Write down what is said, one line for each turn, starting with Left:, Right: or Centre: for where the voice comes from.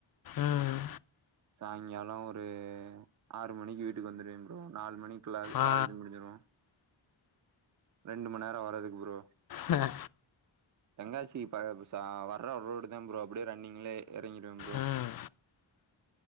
Left: ம்
Right: சாய்ங்கால ஒரு ஒரு மணிக்கு வீட்டுக்கு வந்துருவே ப்ரோ நாலு மணிகுல
Left: ஆ
Right: காலேஜ் முடின்சிரு ரெண்டு மண்நேர வரதுக்கு ப்ரோ
Left: ஆ
Right: தெங்காசி ப்ப ச வர்ற ரோடு தா ப்ரோ அப்படியே ரன்னிங்ல எறங்டுவே ப்ரோ
Left: ம்